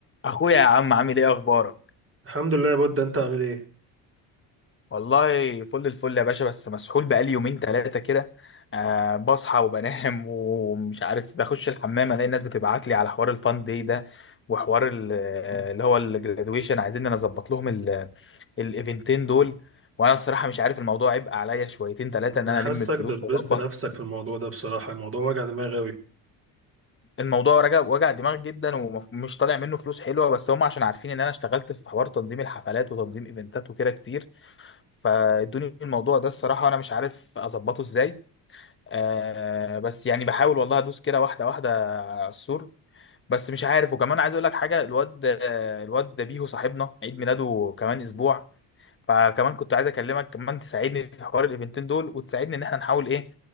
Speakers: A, on the left; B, on the right.
A: اخويا يا عم عامل ايه اخبارك
B: الحمد لله يا بود انت عامل ايه
A: والله فل الفل يا باشا بس مسحول بقالي يومين ثلاثه كده أه بصحى وبنام ومش عارف بخش الحمام الاقي الناس بتبعت لي على حوار الفان داي ده وحوار ال- آه، اللي هو الجرادويشن عايزين انا اظبط لهم ال- الايفنتين دول وانا الصراحه مش عارف الموضوع عبء عليا شويتين ثلاثه
B: انا
A: ان انا
B: حاسك
A: الم الفلوس
B: دبست
A: واظبط
B: نفسك في الموضوع ده بصراحة الموضوع وجع دماغ قوي
A: الموضوع رجع وجع دماغ جدا ومش طالع منه فلوس حلوه بس هم عشان عارفين ان انا اشتغلت في حوار تنظيم الحفلات وتنظيم ايفنتات وكده كتير فادوني الموضوع ده الصراحة أنا مش عارف أظبطه إزاي آه بس يعني بحاول والله أدوس كده واحدة واحدة على السور بس مش عارف وكمان عايز أقول لك حاجة الواد آه، الواد بيهو صاحبنا عيد ميلاده كمان أسبوع فكمان كنت عايز أكلمك كمان تساعدني في حوار الإيفنتين دول وتساعدني إن إحنا نحاول إيه